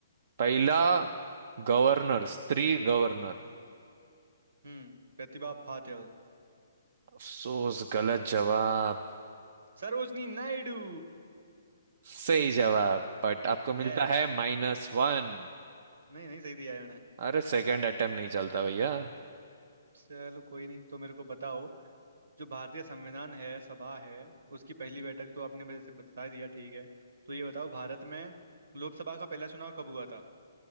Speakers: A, on the right; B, on the right.
A: पहला गवर्नर स्त्री गवर्नर
B: हम्म प्रतिभा पाटिल
A: अफसोस गलत जवाब
B: सरोजनी नायडू
A: सही जवाब बट आपको मिलता
B: यस
A: है माइनस वन
B: नहीं नहीं सही दिया है मैंने
A: अरे सेकंड अटेम्प्ट नहीं चलता भैया
B: चलो कोई नहीं तो मेरे को बताओ जो भारतीय संविधान है सभा है उसकी पहली बैठक तो आपने वैसे बता दिया ठीक है तो ये बताओ भारत में लोकसभा का पहला चुनाव कब हुआ था